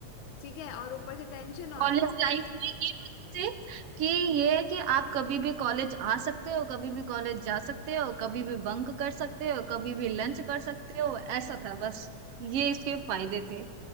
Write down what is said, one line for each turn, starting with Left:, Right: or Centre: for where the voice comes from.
Left: ठीक है और ऊपर से टेंशन और
Right: कॉलेज लाइफ में ये मत सोचे कि ये है कि आप कभी भी कॉलेज आ सकते हो कभी भी कॉलेज जा सकते हो कभी भी बंक कर सकते हो कभी भी लंच कर सकते हो ऐसा था बस ये इसके फायदे थे